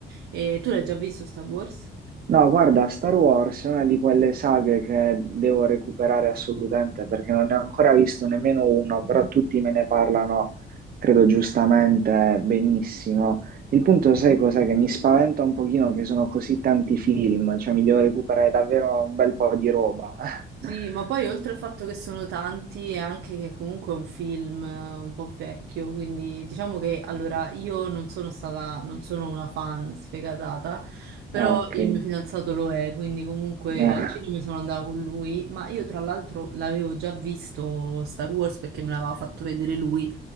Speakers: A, on the right; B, on the right.
A: E tu l'hai già visto Star Wars?
B: No, guarda, Star Wars è una di quelle saghe che devo recuperare assolutamente perché non ne ho ancora visto nemmeno uno, però tutti me ne parlano, credo giustamente, benissimo. Il punto, sai cos'è? Che mi spaventa un pochino che sono così tanti film, cioè mi devo recuperare davvero un bel po' di roba.
A: Sì,
B: <laughs>
A: ma poi oltre al fatto che sono tanti, è anche che comunque è un film eh, un po' vecchio, quindi diciamo che allora io non sono stata, non sono una fan sfegatata, però
B: Ah, ok.
A: il mio fidanzato lo è, quindi comunque
B: Ah,
A: al cinema sono andata con lui, ma io tra l'altro l'avevo già visto Star Wars perché me l'aveva fatto vedere lui,